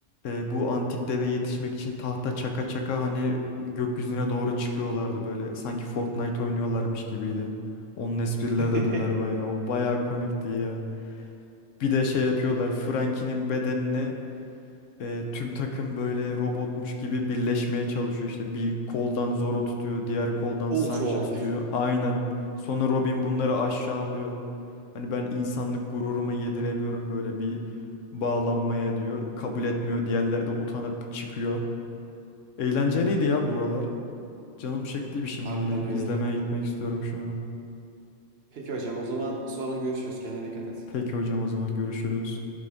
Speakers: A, on the left (about 85°); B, on the right (about 60°).
A: e, bu antik deve yetişmek için tahta çaka çaka hani gökyüzüne doğru çıkıyorlardı böyle. Sanki Fortnite oynuyorlarmış gibiydi. Onun esprileri
B: <laughs>
A: de döner bayağı. O bayağı komikti ya. Bir de şey yapıyorlar. Frankie'nin bedenini e, tüm takım böyle robotmuş gibi birleşmeye çalışıyor. İşte bir koldan Zoro tutuyor, diğer koldan
B: Ultra
A: Sanji
B: on.
A: tutuyor. Aynen. Sonra Robin bunları aşağılıyor. Hani ben insanlık gururumu yediremiyorum böyle bir bağlanmaya diyor. Kabul etmiyor. Diğerleri de utanıp çıkıyor. Eğlenceliydi ya buralar. Canım çektiydi şimdi
B: Harbiden
A: yine.
B: öyleydi.
A: İzlemeye gitmek istiyorum şu an.
B: Peki hocam o zaman sonra görüşürüz. Kendine dikkat et.
A: Peki hocam o zaman görüşürüz.